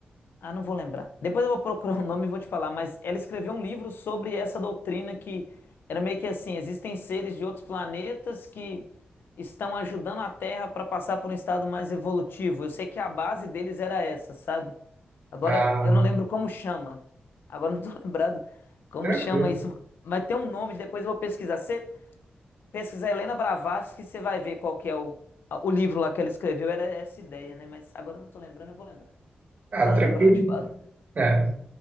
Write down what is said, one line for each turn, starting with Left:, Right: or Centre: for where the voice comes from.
Left: Ah, não vou lembrar. Depois eu vou procurar <laughs> o nome e vou te falar, mas ela escreveu um livro sobre essa doutrina que era meio que assim: existem seres de outros planetas que estão ajudando a Terra para passar por um estado mais evolutivo. Eu sei que a base deles era essa, sabe? Agora
Right: Ah,
Left: eu não lembro como chama. Agora eu não tô <laughs> lembrado como
Right: tranquilo.
Left: chama isso. Mas tem um nome, depois eu vou pesquisar. Você Pesquisar Helena Blavatsky, que você vai ver qual que é o, a- o livro lá que ela escreveu, era essa ideia, né? Mas agora eu não tô lembrando, eu vou lembrar.
Right: Ah,
Left: Quando
Right: tranquilo.
Left: eu lembrar, eu te falo.
Right: É.